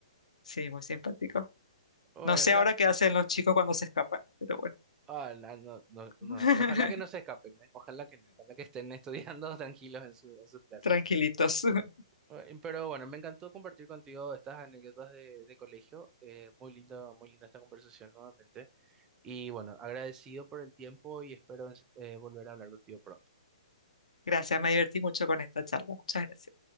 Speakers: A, on the left; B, on the right.
A: sí, muy simpático.
B: Bueno,
A: No sé
B: la,
A: ahora qué hacen los chicos cuando se escapan, pero bueno,
B: ah, la- no, no, no.
A: <laughs>
B: Ojalá que no se escapen, ¿eh? Ojalá que no. Ojalá que estén estudiando <laughs> tranquilos en, su- en sus clases.
A: tranquilitos. <laughs>
B: Eh, Pero bueno, me encantó compartir contigo estas anécdotas de, de colegio. Eh, muy lindo, muy linda esta conversación nuevamente. Y bueno, agradecido por el tiempo y espero eh, volver a hablar contigo pronto.
A: Gracias, me divertí mucho con esta charla, muchas gracias.